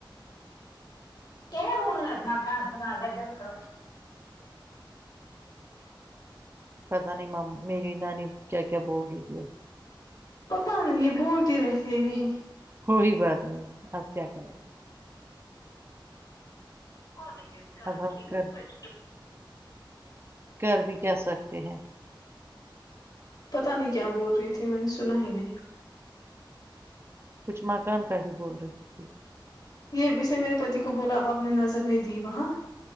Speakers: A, on the left; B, on the right.
A: کیا بولنااتنا کہ اس گ ڈم کر
B: پتہ نہیں میری نانی کیا کیا بول رہی ہے
A: پتا نہیں یہ بولتی رہتی ہے یہی
B: کوئی بات نہیں اپ کیا کر رہے
A: الج کرارنٹ
B: اب ہم
A: لی
B: کر
A: بسٹ
B: کر بھی کہ سکتے ہیں
A: پتا نہیں کیا بول رہی تھی میں نے سنا ہی نہیں
B: کچھ مکان کا ہی بول رہی تھی
A: یہ اسے میرے پتی کو بولا آپ نے نظر نہیں دی وہاں